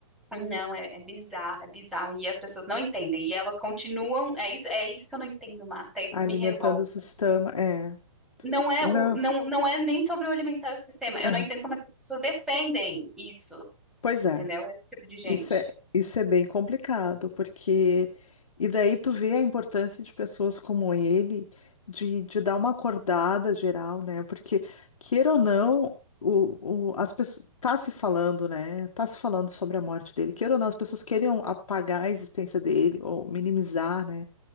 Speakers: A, in the centre; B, on the left.
A: não, é, é bizarro, é bizarro. E as pessoas não entendem. E elas continuam, é isso, é isso que eu não entendo, Marta, é isso
B: Alimentando
A: que me revolta.
B: o sistema, é.
A: Não é
B: Não,
A: o, não, não é nem sobre o alimentar o sistema. Eu
B: é.
A: não entendo como é que as pessoas defendem isso,
B: Pois
A: entendeu?
B: é.
A: Esse tipo de gente.
B: Isso é, isso é bem complicado, porque. E daí tu vê a importância de pessoas como ele, de, de dar uma acordada geral, né? Porque, queira ou não, o, o, as pessoas. Tá se falando, né? Tá se falando sobre a morte dele. Queira ou não, as pessoas queriam apagar a existência dele, ou minimizar, né?